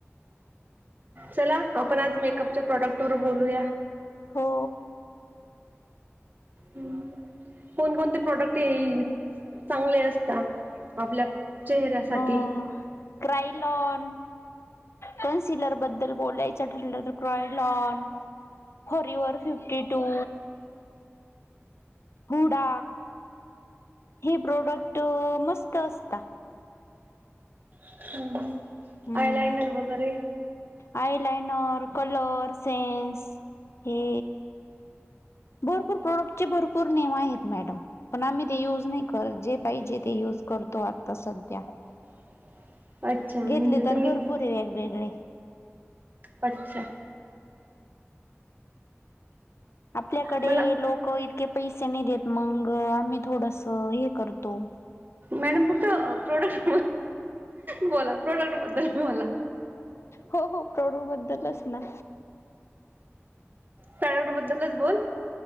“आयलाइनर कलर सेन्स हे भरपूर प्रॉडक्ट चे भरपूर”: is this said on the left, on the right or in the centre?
Left